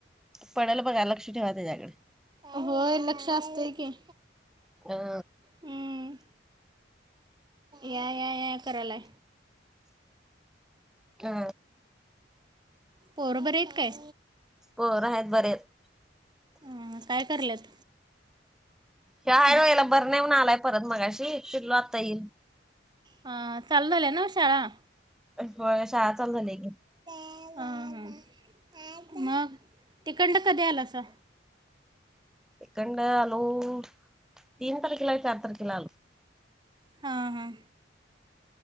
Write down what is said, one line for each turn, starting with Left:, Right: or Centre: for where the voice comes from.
Centre: पडल बघा लक्ष ठेवा त्याच्याकड.
Right: होय, लक्ष असतय की.
Centre: हा.
Right: हम या या या करालाय.
Centre: अ.
Right: पोर बरीयत काय?
Centre: पोर हायत बरीयत.
Right: हम काय कराल्यात.
Centre: यो हाय नव याला बर नाही मनून‌ आलाय परत मगाशी <unintelligible> आता येईल.
Right: हा चालू झाल्या नव शाळा.
Centre: व्हय शाळा चालू झाल्या की.
Right: हा ह, मग तिकंड कधी आलासा.
Centre: तिकंड आलो तीन तारखेला का <unintelligible> चार तारखेला आलो.
Right: हां हां